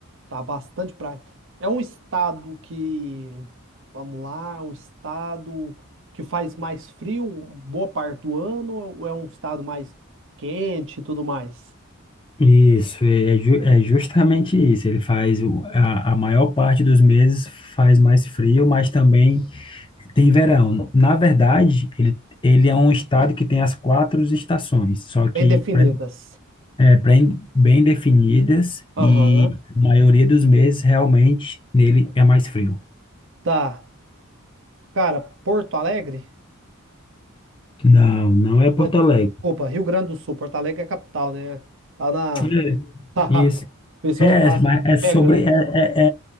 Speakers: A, on the right (about 60°); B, on the left (about 25°).
A: Tá, bastante praia. É um estado que, vamos lá, é um estado que faz mais frio boa parte do ano ou é um estado mais quente e tudo mais?
B: Isso, é, é ju- é justamente isso. Ele faz o- a, a maior parte dos meses faz mais frio, mas também tem verão. Na verdade, ele, ele é um estado que tem as quatro estações, só que
A: Bem definidas.
B: pre- é, pre- bem definidas
A: Aham.
B: e a maioria dos meses realmente nele é mais frio.
A: Tá. Cara, Porto Alegre?
B: Não, não é Porto
A: Não,
B: Alegre.
A: desculpa, Rio Grande do Sul. Porto Alegre é a capital, né? Tá na.
B: É,
A: <laughs>
B: isso.
A: O pessoal
B: É,
A: tá
B: mas
A: <laughs>
B: é sobre.
A: pegando.
B: É, é,